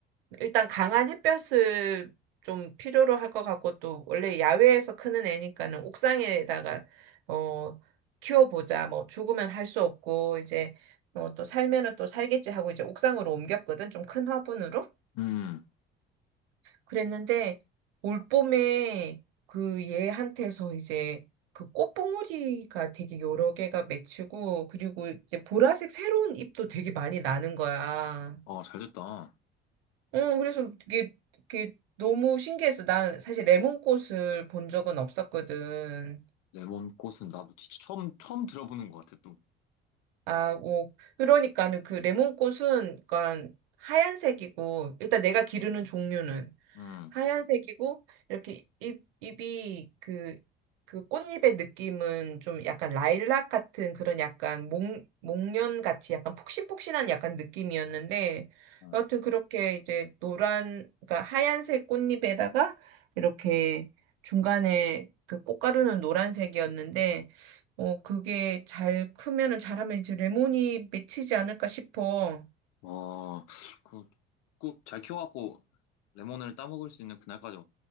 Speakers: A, on the right (about 70°); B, on the left (about 55°).
A: 일단 강한 햇볕을 좀 필요로 할 것 같고 또 원래 야외에서 크는 애니까는 옥상에다가 어 키워보자 뭐 죽으면 할 수 없고 이제 어, 또 살면은 또 살겠지 하고 이제 옥상으로 옮겼거든 좀 큰 화분으로
B: 음.
A: 그랬는데 올봄에 그 얘한테서 이제 그 꽃봉오리가 되게 여러 개가 맺히고 그리고 이제 보라색 새로운 잎도 되게 많이 나는 거야.
B: 어, 잘 됐다.
A: 어 그래서 이게 이게 너무 신기했어. 난 사실 레몬꽃을 본 적은 없었거든.
B: 레몬 꽃은 나도 진짜 처음, 처음 들어보는 것 같아, 또.
A: 아, 오. 그러니까는 그 레몬꽃은 그러니까 하얀색이고 일단 내가 기르는 종류는
B: 음.
A: 하얀색이고 이렇게 잎 잎이 그 그 꽃잎의 느낌은 좀 약간 라일락 같은 그런 약간 목 목련 같이 약간 폭신폭신한 약간 느낌이었는데
B: 음.
A: 여하튼 그렇게 이제 노란 그러니까 하얀색 꽃잎에다가 이렇게 중간에 그 꽃가루는 노란색이었는데 어, 그게 잘 크면은 잘하면 이제 레몬이 맺히지 않을까 싶어.
B: 와, 그, 꼭 잘 키워갖고 레몬을 따먹을 수 있는 그날까지